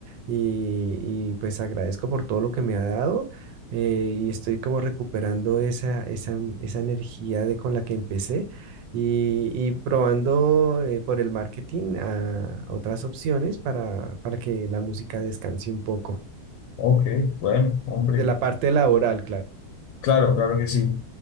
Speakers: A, on the right; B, on the left.
A: y, y, pues agradezco por todo lo que me ha dado eh, y estoy como recuperando esa, esa, esa energía de con la que empecé y, y probando eh, por el marketing a otras opciones para, para que la música descanse un poco
B: Ok, bueno, hombre.
A: de la parte laboral, claro.
B: Claro, claro que sí.